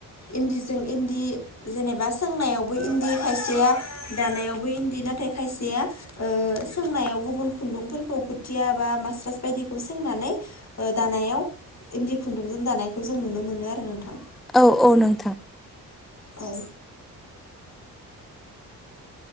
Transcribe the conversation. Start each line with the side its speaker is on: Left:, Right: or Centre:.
Left: इन्दिजों इन्दि जेनेबा सोंनायावबो इन्दि खायसेया दानायावबो इन्दि नाथाय खायसेया सोंनायाव गुबुन खुन्दुंफोरखौ फोथिया बा मास्टार्स बायदिखौ सोंनानै दानायाव इन्दि खुन्दुंजों दानायखौ जों नुनो मोनो आरो नोंथां
Centre: औ औ नोंथां
Left: औ